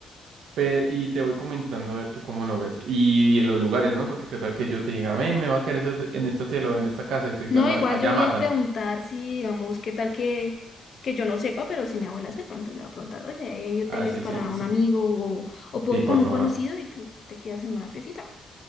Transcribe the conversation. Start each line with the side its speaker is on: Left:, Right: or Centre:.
Right: Pe- y te voy comentando a ver tú cómo lo ves. Y, en los lugares, ¿no? Porque qué tal que yo te diga, "Ve, me va a quedar ese hotel- en este hotel o en esta casa y tú digas,
Left: No,
Right: no,
Left: igual
Right: allá
Left: yo voy
Right: matan.
Left: a preguntar si, digamos, qué tal que, que yo no sepa, pero si mi abuela sepa, entonces le voy a preguntar, oye, ¿hay, hay hoteles
Right: Ah, sí,
Left: para
Right: sí,
Left: un
Right: sí,
Left: amigo o, o puedo
Right: sí,
Left: con
Right: por
Left: un
Right: favor.
Left: conocido y tú te quedas en una piecita?